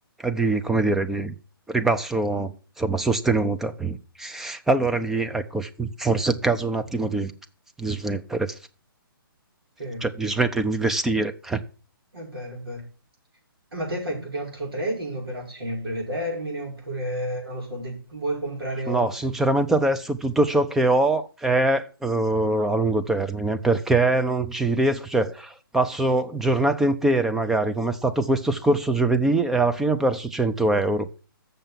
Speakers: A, in the centre; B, on the right.
A: di, come dire, di ribasso, insomma, sostenuta. Allora lì, ecco, forse è il caso un attimo di, di smettere,
B: Sì.
A: cioè di smettere di investire. eh.
B: È vero, è vero. Eh, Ma te fai più che altro trading, operazioni a breve termine, oppure, non lo so, de- vuoi comprare oro?
A: No, sinceramente adesso tutto ciò che ho è eh, a lungo termine perché non ci riesco, cioè passo giornate intere magari, come è stato questo scorso giovedì, e alla fine ho perso 100 euro.